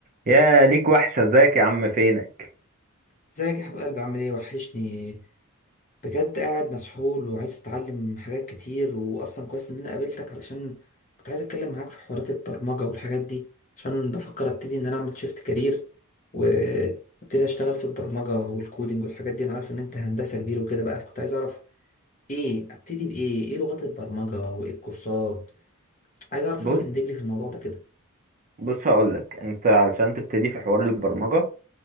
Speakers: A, on the right (about 35°); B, on the left (about 35°).
A: يا ليك وحشة ازيك يا عم فينك
B: ازيك يا حبيب قلبي عامل ايه وحشني بجد قاعد مسحول وعايز اتعلم حاجات كتير واصلا كويس ان انا قابلتك علشان كنت عايز اتكلم معاك في حوارات البرمجة والحاجات دي عشان بفكر ابتدي ان انا اعمل شيفت كارير وابتدي اشتغل في البرمجة والكودينج والحاجات دي انا عارف ان انت هندسة كبير وكده بقى فكنت عايز اعرف ايه ابتدي بايه ايه لغات البرمجة وايه الكورسات عايز اعرف
A: بص
B: راسي من رجلي في الموضوع ده كده
A: بص هقولك انت علشان تبتدي في حوار البرمجة